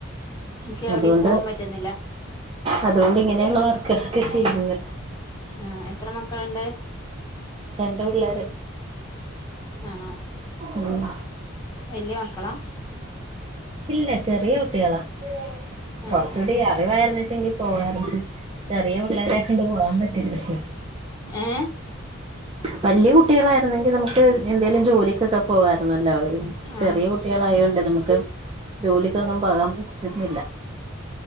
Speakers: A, on the left; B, on the right.
A: എനിക്ക് എവിടേയും
B: അതുകൊണ്ട്
A: പോവാൻ പറ്റുന്നില്ല
B: അതുകൊണ്ട് ഇങ്ങനെയുള്ള വർക്കുകളൊക്കെ ചെയ്യുന്നു
A: ആഹ് എത്ര മക്കളുണ്ട്
B: രണ്ട് പിള്ളേര്
A: ആണോ
B: ഉം
A: വല്ല്യ മക്കളാ
B: ഇല്ല ചെറിയ കുട്ടികളാ
A: ആ
B: കൊറച്ചുടി
A: ആ
B: അറിവായിരുന്നുച്ചെങ്കി പോവരുന്നു ചെറിയ പിള്ളേരെ കൊണ്ട് പോകാൻ പറ്റില്ലല്ലോ
A: ഏ
B: വലിയ കുട്ടികളായിരുന്നെങ്കിൽ നമുക്ക് എന്തേലും ജോലിക്കൊക്കെ പോകരുന്നെല്ലോ
A: ആ
B: ചെറിയ കുട്ടികളയൊണ്ട് നമുക്ക് ജോലിക്കൊന്നും പോകാൻ പറ്റുന്നില്ല